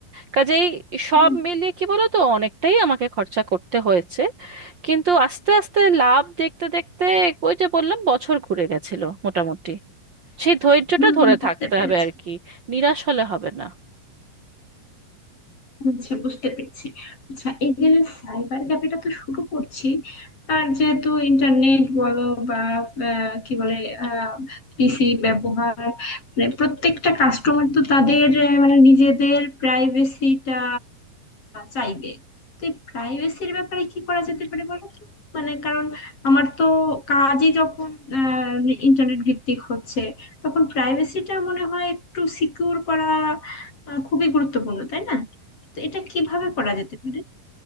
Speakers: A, on the right; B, on the left.
A: কাজেই সব
B: হুম
A: মিলিয়ে কি বলো তো অনেকটাই আমাকে খরচা করতে হয়েছে কিন্তু আস্তে আস্তে লাভ দেখতে দেখতে ওই যে বললাম বছর ঘুরে গেছিল মোটামুটি সেই ধৈর্যটা
B: হুম
A: ধরে
B: বুঝতে
A: থাকতে
B: পেরেছি
A: হবে আর কি নিরাশ হলে হবে না
B: আচ্ছা বুঝতে পেরেছি আচ্ছা এই যে সাইবার ক্যাফেটা তো শুরু করছি আর যেহেতু ইন্টারনেট বলো বা আহ, কি বলে পিসি ব্যবহার মানে প্রত্যেকটা কাস্টমার তো তাদের আহ, মানে নিজেদের প্রাইভেসিটা চাইবে তো এই প্রাইভেসির ব্যাপারে কি করা যেতে পারে বলো তো মানে কারণ আমার তো কাজই যখন ইন্টারনেট ভিত্তিক হচ্ছে তখন প্রাইভেসিটা মনে হয় একটু সিকিউর করা আহ, খুবই গুরুত্বপূর্ণ তাই না তো এটা কিভাবে করা যেতে পারে